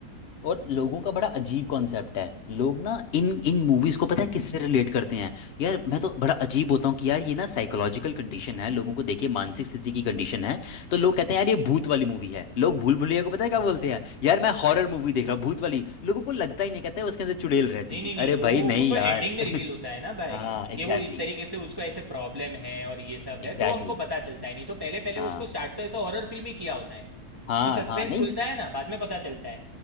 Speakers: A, on the left; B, on the right.
A: और लोगों का बड़ा अजीब कॉन्सेप्ट है लोग ना इन इन मूवीज को पता है किससे रिलेट करते हैं यार मैं तो बड़ा अजीब होता हूँ कि यार ये ना साइकोलॉजिकल कंडीशन है लोगों को देखिए मानसिक स्थिति की कंडीशन है तो लोग कहते हैं यार ये भूत वाली मूवी है लोग भूल भुलैया को पता है क्या
B: हाँ
A: बोलते हैं यार मैं हॉरर मूवी देख रहा हूँ भूत वाली लोगों को लगता ही नहीं कहते हैं उसके अंदर चुड़ैल रहती
B: नहीं नहीं
A: थी
B: नहीं
A: अरे
B: वो
A: भाई नहीं
B: वो तो
A: यार
B: एंडिंग में
A: <laughs>
B: रिवील होता है ना भाई
A: हाँ एग्जैक्टली
B: कि वो इस तरीके से उसको ऐसे प्रॉब्लम है और ये सब
A: एग्जैक्टली
B: है तो हमको पता चलता है नहीं तो पहले पहले
A: हाँ
B: उसको स्टार्ट तो ऐसा हॉरर फिल्म ही किया होता है
A: हाँ
B: वो सस्पेंस
A: हाँ नहीं
B: खुलता है ना बाद में पता चलता है